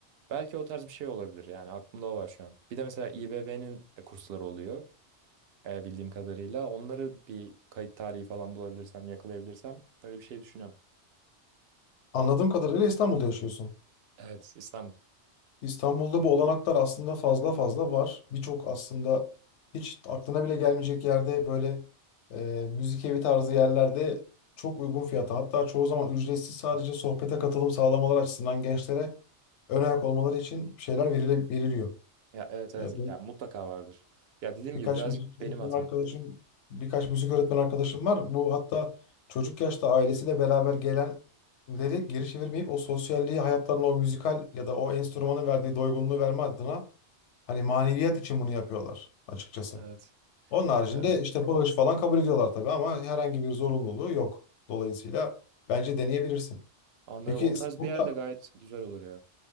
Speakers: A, on the right; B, on the left.
A: Belki o tarz bir şey olabilir yani aklımda o var şu an. Bir de mesela İBB'nin e, kursları oluyor e, bildiğim kadarıyla. Onları bir kayıt tarihi falan bulabilirsem, yakalayabilirsem öyle bir şey düşünüyorum.
B: Anladığım kadarıyla İstanbul'da yaşıyorsun.
A: Evet İstanbul.
B: İstanbul'da bu olanaklar aslında fazla fazla var. Birçok aslında hiç aklına bile gelmeyecek yerde böyle e, müzik evi tarzı yerlerde çok uygun fiyata hatta çoğu zaman ücretsiz sadece sohbete katılım sağlamalar açısından gençlere ön ayak olmaları için şeyler verile- veriliyor.
A: Ya evet evet
B: E,
A: ya mutlaka vardır. Ya dediğim
B: Birkaç
A: gibi birazcık
B: müzik
A: benim
B: öğretmen
A: hatam.
B: arkadaşım, birkaç müzik öğretmen arkadaşım var. Bu hatta çocuk yaşta ailesiyle beraber gelenleri geri çevirmeyip o sosyalliği hayatlarına o müzikal ya da o enstrümanın verdiği doygunluğu verme adına hani maneviyat için bunu yapıyorlar açıkçası.
A: Evet.
B: Onun haricinde
A: Yani
B: işte bağış falan kabul ediyorlar tabii ama herhangi bir zorunluluğu yok. Dolayısıyla bence deneyebilirsin.
A: anladım.
B: Peki
A: O tarz
B: sporla,
A: bir yerde gayet güzel olur ya.